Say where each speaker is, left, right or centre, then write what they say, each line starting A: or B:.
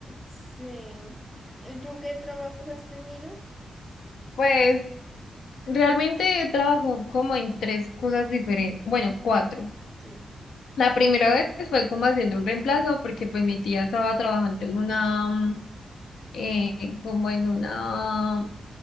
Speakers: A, in the centre; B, on the left (about 85°).
A: Sí. ¿Y tú qué trabajos has tenido?
B: Pues realmente trabajo como en tres cosas diferentes, bueno, cuatro.
A: Sí.
B: La primera vez fue como haciendo un reemplazo porque pues mi tía estaba trabajando en una eh, como en una,